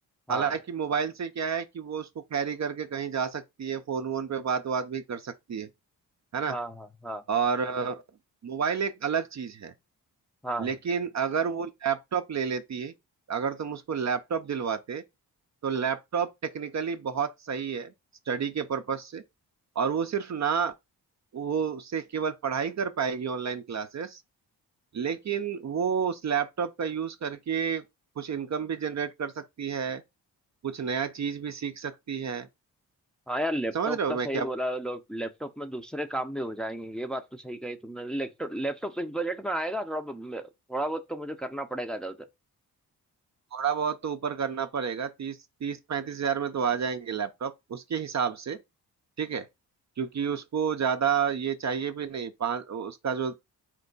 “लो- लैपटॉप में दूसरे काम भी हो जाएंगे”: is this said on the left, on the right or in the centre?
Centre